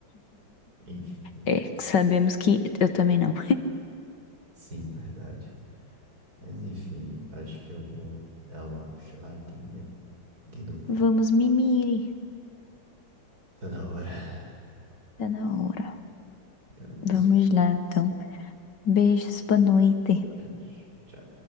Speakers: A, on the right; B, on the left.
A: Enfim,
B: É, sabemos que eu também não.
A: sim, verdade. Mas enfim, acho que eu vou dar uma cochiladinha de novo.
B: <laughs> Vamos mimir.
A: Tá na hora.
B: Tá na hora.
A: Então é isso.
B: Vamos lá, então. Beijos, boa noite.
A: Beijo. Tchau.